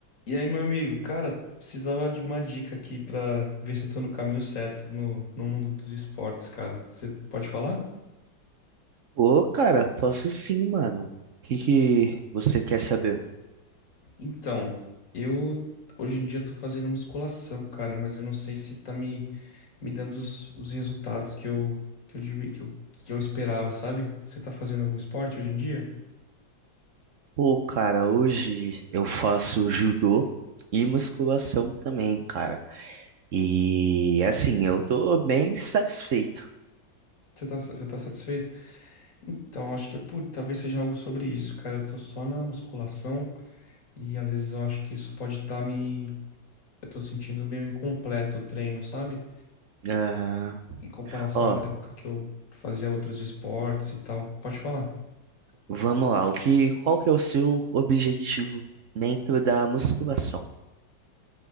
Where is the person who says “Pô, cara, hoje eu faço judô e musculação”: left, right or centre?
Right